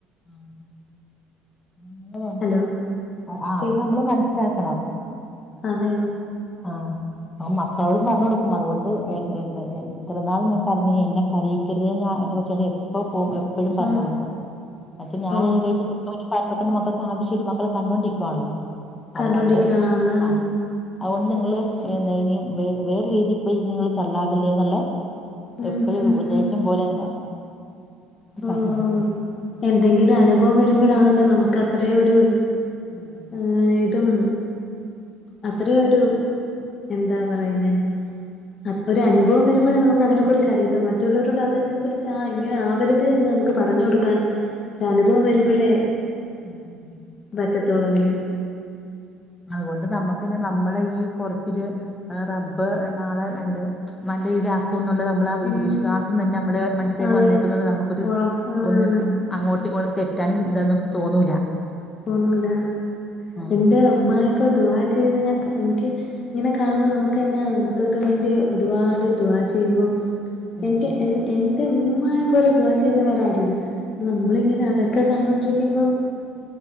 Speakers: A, on the left; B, on the left.
A: ആ <unintelligible>
B: ഹലോ
A: ആ
B: കേ
A: അത് നമ്മള് മനസ്സിലാക്കണം
B: അതെ
A: ആഹ് ഞാൻ മക്കളോടും പറഞ്ഞ് കൊടുക്കും അതുകൊണ്ട് എന്ത് ഇത്ര നാൾ ഞാൻ കരഞ്ഞു ഇനി എന്നെ കരയി <unintelligible> ഞാൻ എന്റെ കൊച്ചിനോട് എപ്പോ പോവും എപ്പോഴും പറഞ്ഞ്
B: ആഹ്
A: കൊടുക്കും എന്ന് വച്ചാ ഞാനനുഭവിച്ച
B: ഓ
A: ഇപ്പോ അതിന് പറഞ്ഞ് കൊടുക്കണ്ട മക്കക്ക് ആവശ്യവില്ല മക്കള് കണ്ടോണ്ടിരിക്കവാണല്ലോ അതുകൊണ്ട്
B: കണ്ടോണ്ടിരിക്ക അതാണ്
A: ആഹ് അതുകൊണ്ട് നിങ്ങള് എന്താ ഇനി വ വേറെ രീതിയിൽ പോയിനി നിങ്ങൾ തല്ലാവല്ലേ എന്നുള്ള
B: ഉം
A: എപ്പോഴും
B: ഉം
A: ഒരു ഉപദേശം
B: ഉം
A: പോലെ തന്നെ
B: ആഹ്
A: പറഞ്ഞ് കൊടുക്കും
B: എന്തെങ്കിലും അനുഭവം വരുമ്പഴാണല്ലോ നമുക്ക് അത്ര ഒരു
A: ആഹ്
B: ആഹ് ഇതും അത്ര ഒരു എന്താ പറയുന്നേ അപ്പോ ഒരു അനുഭവം വരുമ്പഴാ നമു ക്ക് അതിനെ കുറിച്ച് അറിയത്തോ മറ്റുള്ളോരോട് അതിനെ കുറിച്ച് ആ ഇങ്ങനെ ആവരുത് എന്ന് നമുക്ക് പറഞ്ഞ് കൊടുക്കാൻ അനുഭവം വരുമ്പഴേ
A: പറ്റുള്ളൂ ഉം ഉം.
B: പറ്റത്തൊള്ള് അതിന്
A: അതുകൊണ്ട് നമ്മുക്ക് തന്നെ നമ്മളെ ഈ കൊറച്ചില് ആഹ് റബ്ബ് നാളെ എന്ത് നല്ല ഇതിലാ ക്കൂന്നുള്ള നമ്മളാ
B: ഉം
A: വിശ്വാസം തന്നെ നമ്മുടെ മനസ്സിലേക്ക്
B: അതെ
A: വന്നേക്കുന്നത് നമുക്കൊരു
B: ഓ ആന്നാന്ന്
A: ഒന്നിട്ട് അങ്ങോട്ടും ഇങ്ങോട്ടും തെറ്റാനും ഇതൊന്നും തോന്നൂല
B: തോന്നൂല
A: ഉം
B: എന്റെ അമ്മയൊക്കെ
A: ഏഹ്
B: ദുആ ചെയ്യുന്ന ഞാൻ ക എനിക്ക് ഇങ്ങനെ കാണുമ്പോ നമുക്ക് തന്നെ ആ നമുക്കൊക്കെ വേണ്ടി ഒരുപാട് ദുആ ചെയ്യുമ്പം
A: ഉം
B: എനിക്ക് എൻ എന്റെ ഉമ്മൂമ്മായെ പോലെ ദുആ ചെയ്യുന്ന വേറെ ആരുവില്ല നമ്മളിങ്ങനെ അതൊക്കെ കണ്ടോണ്ടിരിക്കുമ്പം